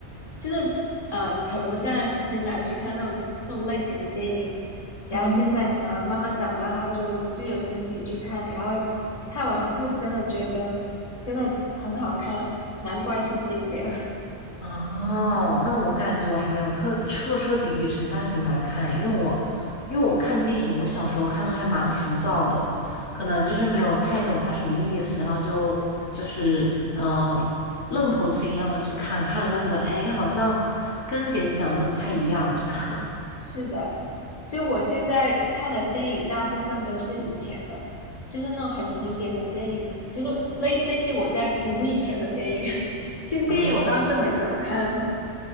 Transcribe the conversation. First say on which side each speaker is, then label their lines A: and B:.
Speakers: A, on the left; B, on the left.
A: 就是呃沉不下心来去看那种那种类型的电影，然后现在呃慢慢长大后就就有心情去看，
B: 嗯。
A: 然后看完是真的觉得真的很好看，难怪是经典。
B: 哦，那我感觉我还没有特彻彻底底沉下心来看，因为我因为我看电影，我小时候看的还蛮浮躁的，可能就是没有太懂它什么意思，然后就就是呃愣头青一样的去看，看了以后觉得哎，诶好像跟别人讲的都不太一样这样。<laughs>
A: 是的，就我现在看的电影，大部分都是以前的，就是那种很经典的电影，就是类类似于我在补以前的电影。<laughs> 新电影我倒是没怎么看，
B: 嗯，